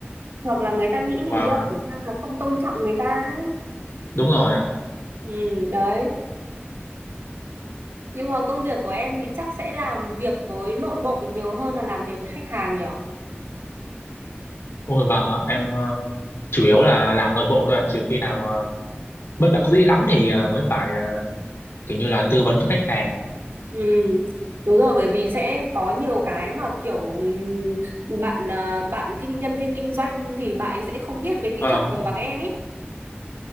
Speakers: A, on the right (about 75°); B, on the left (about 75°).
A: hoặc là người ta nghĩ mình
B: và
A: đeo khẩu trang là không tôn trọng người ta ấy.
B: đúng rồi ạ
A: Ừ, đấy. Nhưng mà công việc của em thì chắc sẽ làm việc với nội bộ nhiều hơn là làm việc với khách hàng nhở?
B: ôi và em ờ, chủ yếu là làm nội bộ thôi ạ. trừ khi nào mà bất đắc dĩ lắm thì ờ, mới phải ờ, kiểu như là tư vấn cho khách hàng
A: Ừ, đúng rồi, bởi vì sẽ có nhiều cái mà kiểu ừ, bạn à, bạn kinh nhân viên kinh doanh thì bạn ấy sẽ không biết về kỹ
B: vâng
A: thuật nhiều
B: ạ.
A: bằng em ấy.